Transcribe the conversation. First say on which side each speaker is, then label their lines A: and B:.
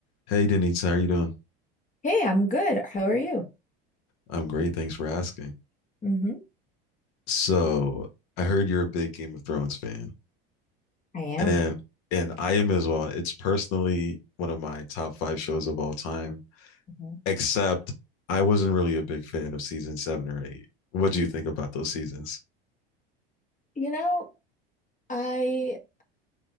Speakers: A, on the left (about 60°); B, on the left (about 25°).
A: Hey, Denise, how are you doing?
B: Hey, I'm good. How are you?
A: I'm great. Thanks for asking.
B: hmm
A: So, I heard you're a big Game of Thrones fan,
B: I am.
A: and and I am as well. It's personally one of my top five shows of all time,
B: Mhm.
A: except I wasn't really a big fan of season seven or eight. What do you think about those seasons?
B: You know, I